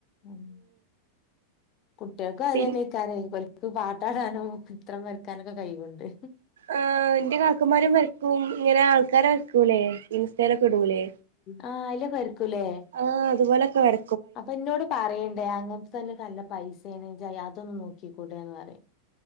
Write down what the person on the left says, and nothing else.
ഉം കുട്ട്യാക്കും അതെന്നെക്കാരെ
ഓൽ ക്ക് പാട്ടാടാനും ചിത്രം വരക്കാനൊക്കെ കയ്വ്ണ്ട്
ആ അയ്ലൊക്കെ വരക്കൂല്ലേ
അപ്പൊ ഇന്നോട് പറയ്ണ്ട് അങ്ങൻത്തത് നൊക്കെ നല്ല പൈസേണ് ഇജ്ജതൊന്ന് നോക്കിക്കൂടെന്ന് പറയും